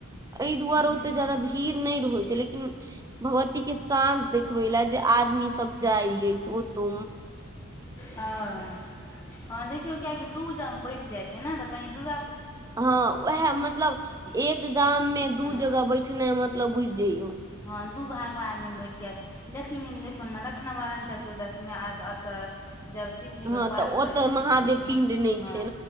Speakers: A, on the right; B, on the left.
A: एहि
B: हूँ
A: दुआरे ओतेक
B: हूँ
A: जादा भीड़ नहि रहै छै लेकिन भगवतीक साँझ देखबाक लेल जे आदमी सभ जाइ अछि, ओतो।
B: ह हँ देखियौ कियकि दू जग बैठ जाइ छै। ने तऽ कही दुर्ग
A: हँ उएह मतलब एक
B: गेल
A: गाम मे दू
B: हँ
A: जगह बैठना मतलब बुझि जइयौ
B: हँ दू भाग मे आदमी मे बैठके लिखिन देख, रकनवण चतुर्दशी आज अछि। जब शिवजीे
A: हँ
B: के उपास
A: तऽ
B: करय
A: ओतऽ
B: जाइ
A: महादेव
B: छथिन ओहि दिन
A: पिंड नहि
B: ह
A: छै